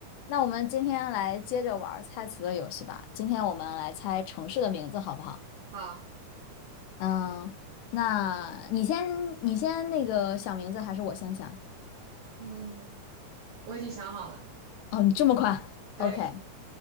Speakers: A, on the left; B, on the right.
A: 那我们今天来接着玩猜词的游戏吧。今天我们来猜城市的名字，好不好？
B: 好，
A: 嗯，那你先，你先那个想名字，还是我先想？
B: 嗯，我已经想好了，
A: 哦，你这么快？OK，
B: 对，